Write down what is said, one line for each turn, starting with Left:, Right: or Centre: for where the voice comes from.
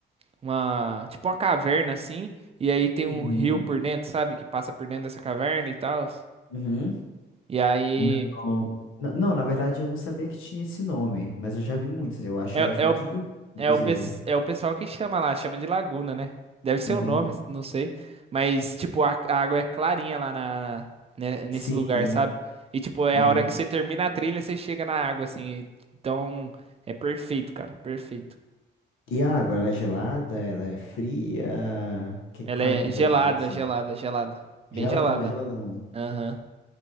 Right: uma, tipo uma caverna assim, e aí tem um
Left: Uhum,
Right: rio por dentro, sabe? Que passa por dentro dessa caverna e tal.
Left: uhum.
Right: E aí.
Left: Não. N- Não, na verdade eu não sabia que tinha esse nome, mas eu já vi muitas. Eu acho
Right: É,
Left: elas muito
Right: é, o,
Left: bonitas, inclusive.
Right: é, o, pes- é o pessoal que chama lá, chama de laguna, né? Deve ser
Left: Uhum.
Right: o nome, não sei. Mas, tipo, a, a água é clarinha lá na, né, nesse
Left: Sim.
Right: lugar, sabe? E, tipo, é
Left: Uhum.
Right: a hora que você termina a trilha, você chega na água, assim. Então, é perfeito, cara, perfeito.
Left: E a água, ela é gelada? Ela é fria? Que,
Right: Ela
Left: qual
Right: é
Left: é a temperatura,
Right: gelada,
Left: assim?
Right: gelada, gelada. Bem
Left: Geladona,
Right: gelada.
Left: geladona.
Right: Aham.